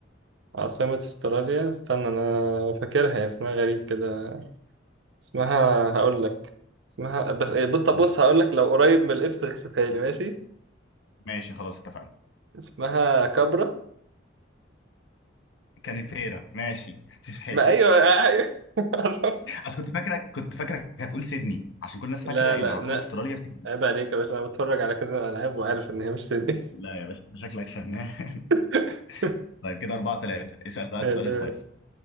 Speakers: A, on the right; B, on the left.
A: عاصمة أستراليا استنى أنا فاكرها هي اسمها غريب كده اسمها هقول لك اسمها بس إيه، بص طب
B: قول
A: بص هقول لك لو قريب من الاسم تحسبها لي ماشي
B: ماشي خلاص اتفقنا
A: اسمها كابرا
B: كانبيرا ماشي <laughs> تتحسب
A: ما أيوه أيوه <laughs>
B: بس كنت فاكرك كنت فاكرك هتقول سيدني عشان كل الناس
A: لا
B: فاكره
A: لا
B: ان عاصمه
A: لا
B: استراليا سيدني
A: عيب عليك يا باشا انا بتفرج على كذا العاب وعارف ان هي مش سني
B: لا يا باشا أنت شكلك فنان
A: <laughs>
B: <laughs> طيب كده أربعة ثلاثة اسأل بقى
A: حلو.
B: السؤال الفيصل